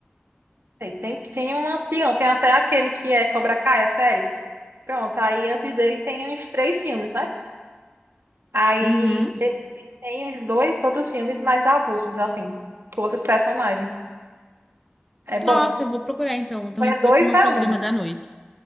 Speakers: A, on the right; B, in the centre.
A: tem, tem, tem uma, tem, tem até aquele que é Cobra Kai, a série. Pronto, aí antes dele tem os três filmes, né? Aí
B: Uhum.
A: de- e tem os dois outros filmes mais avulsos, assim, com outros personagens. É bom.
B: Nossa, eu vou procurar então. Então,
A: Ou é
B: esse
A: dois
B: vai ser meu
A: ou é
B: programa
A: um.
B: da noite.